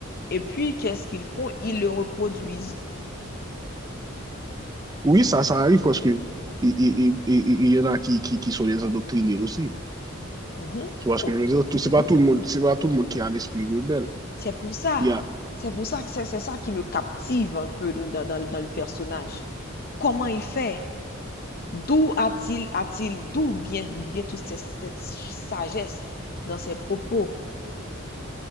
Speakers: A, on the left; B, on the right.
A: et puis qu'est-ce qu'ils font? Ils le reproduisent.
B: oui, ça, ça arrive parce que et- et- et- et- et il y en a qui, qui, qui sont des endoctrinés aussi.
A: Mhm.
B: Tu vois
A: Pour-
B: ce que je veux dire?
A: Mhm.
B: Tout- C'est pas tout le monde, c'est pas tout le monde qui a l'esprit rebelle.
A: C'est pour ça.
B: Il y a,
A: C'est pour ça que c'est c'est ça qui me captive un peu dans- dans- dans le personnage. Comment il fait? D'où a-t-il, a-t-il, d'où vient, vient toute cette, cette sagesse dans ses propos?